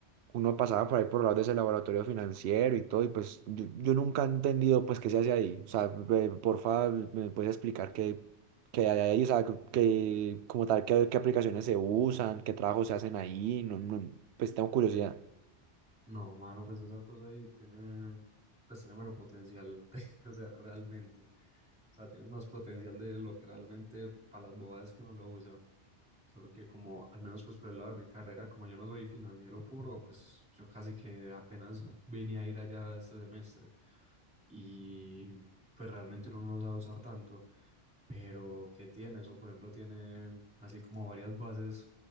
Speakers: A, on the right; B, in the centre.
A: uno pasaba por ahí por el lado de ese laboratorio financiero y todo, y pues yo, yo nunca he entendido, pues, qué se hace ahí. O sea, ve- porfa, ¿me puedes explicar qué, qué hay ahí? O sea, que como tal, qué, qué aplicaciones se usan, qué trabajos se hacen ahí, no, no, pues tengo curiosidad.
B: No, mano, pues esa cosa ahí tiene, pues tiene mero potencial, <laughs> o sea, realmente. O sea, tiene más potencial de lo que realmente para las bobadas que uno lo usa. Solo que como, al menos pues por el lado de mi carrera, como yo no soy financiero puro, pues yo casi que apenas vine a ir allá este semestre. Y pues realmente uno no lo sabe usar tanto. Pero, ¿qué tiene eso? Por ejemplo, tiene así como varias bases